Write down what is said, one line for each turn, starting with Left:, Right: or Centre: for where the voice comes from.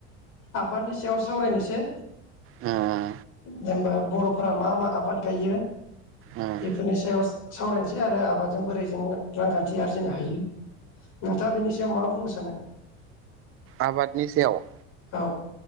Left: आबादनि सायाव सावरायनोसै
Right: उम
Left: जेन'बा बर'फोरा मा मा बाद गायो
Right: उम
Left: बेफोरनि सायावस। सावरायनोसै आरो आबादजों बोरै जों रांखान्थि आरजिनो हायो नोंथाङा बिनि सायाव मा बुंनो सानो?
Right: आबादनि सायाव
Left: औ